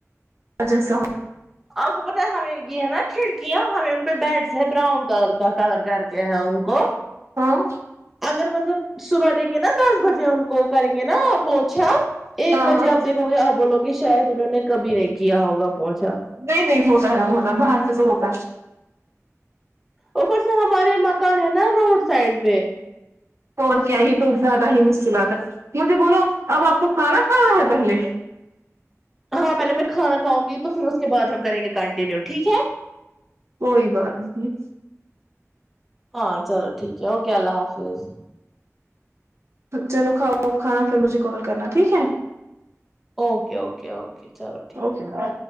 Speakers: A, on the right; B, in the centre.
A: جیسا ہو
B: آپ کو پتا ہے ہمیں یہ ہے نا کھڑکیاں ہمیں ان پہ بیڈس ہے براؤن کلر کا کلر کرتے ہیں ان کو
A: ہاں
B: اگر مطلب صبح دیں گے نا دس بجے ان کو کریں گے نا پہنچھا ایک
A: ہاں
B: بجے
A: ہاں
B: آپ دیکھو گے آپ بولو گے شاید انہوں نے کبھی نہیں کیا ہوگا پہنچا
A: نہیں نہیں ہوتا ہے وہتا باہر سے تو ہوتا ہے
B: اوپر سے ہمارے مکان ہے نا روڈ سائڈ پہ
A: اور کیا یہ تو زیادہ ہی مشکلات ہے مھے بولو اب آپ کو کھانا کھانا ہے پہلے
B: ہاں پہلے میں کھانا کاؤں گی تو پھر اس کے بعد ہم کریں گے کنٹینیو ٹھیک ہے
A: کوئی بات نہیں نہیں
B: ہاں چلو ٹھیک ہے اوکے اللہ حافظ
A: چلو کھاؤ آپ کھانا پھر مجھے کال کرنا ٹھیک ہے
B: اوکے اوکے اوکے چلو ٹھیک
A: اوکے
B: ہے